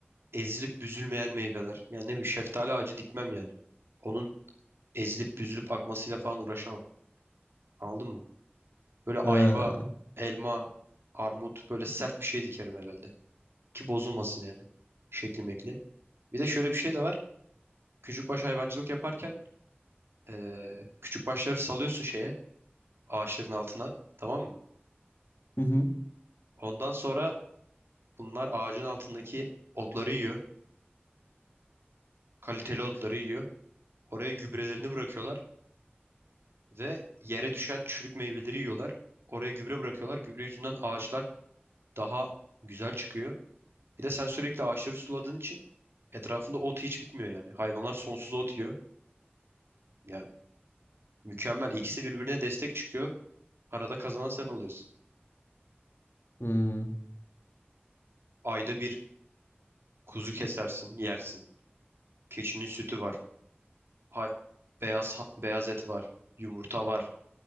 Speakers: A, on the right; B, on the left.
A: ezilip büzülmeyen meyveler. Yani ne bileyim şeftali ağacı dikmem yani. Onun ezilip büzülüp akmasıyla falan uğraşamam. Anladın mı? Böyle ayva,
B: Ha.
A: elma, armut böyle sert bir şey dikerim herhalde. Ki bozulmasın yani. Şekli mekli. Bir de şöyle bir şey de var. Küçükbaş hayvancılık yaparken eee küçükbaşları salıyorsun şeye, ağaçların altına, tamam mı?
B: Hı hı.
A: Ondan sonra bunlar ağacın altındaki otları yiyor, kaliteli otları yiyor. Oraya gübrelerini bırakıyorlar ve yere düşen çürük meyveleri yiyorlar. Oraya gübre bırakıyorlar. Gübre yüzünden ağaçlar daha güzel çıkıyor. Bir de sen sürekli ağaçları suladığın için etrafında ot hiç bitmiyor yani. Hayvanlar sonsuz ot yiyor. Yani mükemmel. İkisi birbirine destek çıkıyor. Arada kazanan sen oluyorsun.
B: Hmm.
A: Ayda bir kuzu kesersin, yersin. Keçinin sütü var. Hay beyaz ha- beyaz et var. Yumurta var.